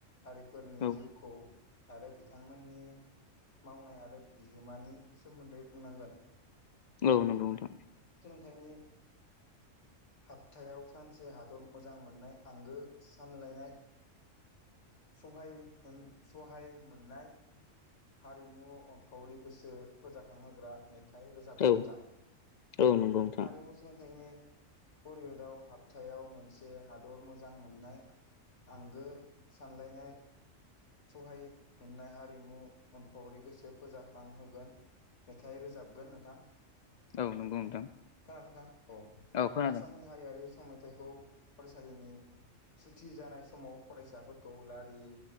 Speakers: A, on the left (about 60°); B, on the left (about 80°).
A: आरिफोरनि
B: औ
A: जिउखौ आरो बिथांमोननि मावनाय आरो बिहोमानि सोमोन्दै बुंनांगोन।
B: औ नंगौ नोंथां।
A: बेखायनो हपथायाव सानसे हादर मोजां मोननाय आंगो सानलायनाय सहाय होन सहाय मोननाय हारिमु अनफावरि गोसो फोजाखांहोग्रा मे थाइ रोजाबगोन
B: औ
A: नोंथां।
B: औ नंगौ नोंथां
A: आरिमु सोलोंथाइनि <unintelligible> हाबथायाव मोनसे हादर मोजां मोननाय आंगो सानलायनाय सहाय मोननाय हारिमु उनफावरि गोसो फोजाखांहोगोन मेथाइ रोजाबगोन नोंथां।
B: औ नंगौ नोंथां।
A: औ नोंथां अ
B: औ खोनादों
A: आसामनि हारियारि मेथाइखौ फरायसालिनि सुथि जानाय समाव फरायसाफोरखौ लारियै